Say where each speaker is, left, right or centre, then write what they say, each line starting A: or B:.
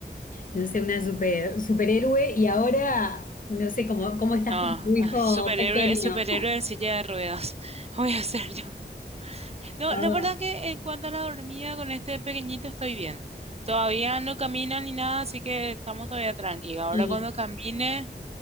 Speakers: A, on the left; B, on the right.
A: no sé, una super, superhéroe y ahora no sé cómo, cómo estás
B: No, <laughs>
A: con tu hijo
B: ah, superhéroe,
A: pequeño.
B: superhéroe
A: <laughs>
B: en silla de ruedas. <laughs> Voy a ser yo. No,
A: Ah,
B: la verdad que en cuanto a la dormida con este pequeñito estoy bien. Todavía no camina ni nada, así que estamos todavía tranquilos. Ahora
A: y,
B: cuando camine,